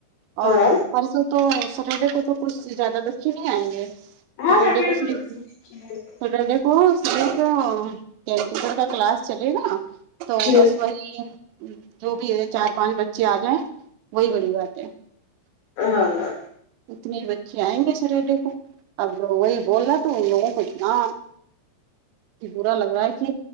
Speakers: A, on the left; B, on the right.
A: ہاں
B: اور پرسوں تو سٹرڈے کو تو کچھ زیادہ بچے نہیں آئیں گے سٹرڈے
A: ہاں
B: کو صرف
A: تو ایسی ہی رہتی
B: سٹرڈے کو سر تو کیپوٹر کا کلاس چلے گا تو
A: ہے۔
B: بس وہی ہے جو بھی ہے چار پانچ بچے آ گئے وہی بڑی بات ہے
A: ہاں ہاں
B: اتنے بچے آئیں گے سٹرڈے کو اب وہی بول نہ تو ان لوگوں کونا برا لگ رہا ہے کہ